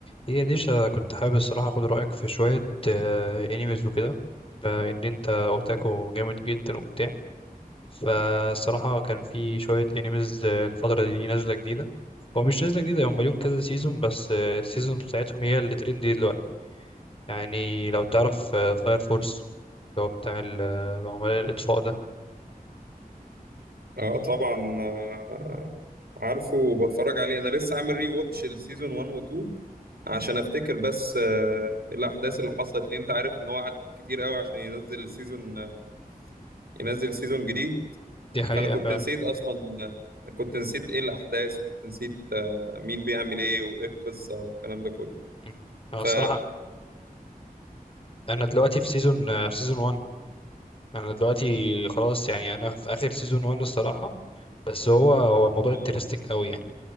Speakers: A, on the left; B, on the right.
A: هي دي شا- كنت حابب الصراحة أخد رأيك في شوية آه، أنيميز وكده بإن أنت أوتاكو جامد جدا وبتاع فالصراحة كان في شوية أنيميز آه، الفترة دي نازلة جديدة هو مش نازلة جديدة هم ليهم كذا سيزون بس آه، السيزون بتاعتهم هي اللي ترندي دلوقتي يعني لو تعرف فاير فورس اللي هو بتاع ال- آه، عملاء الإطفاء ده
B: اه طبعا آه، عارفه وبتفرج عليه انا لسه عامل ري واتش السيزون 1 و 2 عشان افتكر بس آه، الاحداث اللي حصلت لان انت عارف ان هو قعد كتير قوي عشان ينزل السيزون آه، ينزل سيزون جديد
A: دي حقيقة
B: فانا كنت
A: فعلا
B: نسيت اصلا آه، كنت نسيت ايه الاحداث كنت نسيت آه، مين بيعمل ايه وايه القصة والكلام ده كله
A: م. أنا
B: ف
A: الصراحة أنا دلوقتي في سيزون آه، في سيزون 1 انا دلوقتي خلاص يعني انا في اخر سيزون 1 الصراحه بس هو هو الموضوع
B: آه،
A: انترستنج قوي يعني